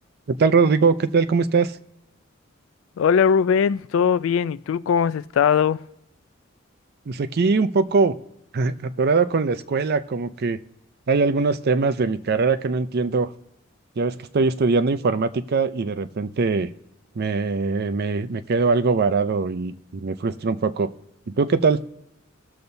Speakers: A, on the right; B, on the left.
A: ¿Qué tal, Rodrigo? ¿Qué tal? ¿Cómo estás?
B: Hola Rubén, ¿todo bien? ¿Y tú cómo has estado?
A: Pues aquí un poco <laughs> atorado con la escuela, como que hay algunos temas de mi carrera que no entiendo. Ya ves que estoy estudiando informática y de repente me, me, me quedo algo varado y, y me frustro un poco. ¿Y tú qué tal?